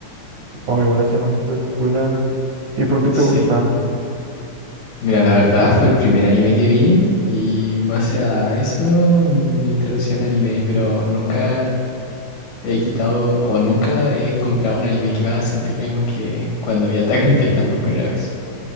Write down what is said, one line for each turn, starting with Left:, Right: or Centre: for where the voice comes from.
Right: Oh, igual ese es bastante popular. ¿Y por qué te
Left: Sí.
Right: gusta?
Left: Mira, la verdad fue el primer anime que vi y en base a eso me introducí al anime, pero nunca he quitado o nunca he encontrado un anime que me haga sentir lo mismo que cuando vi Attack on Titan por primera vez.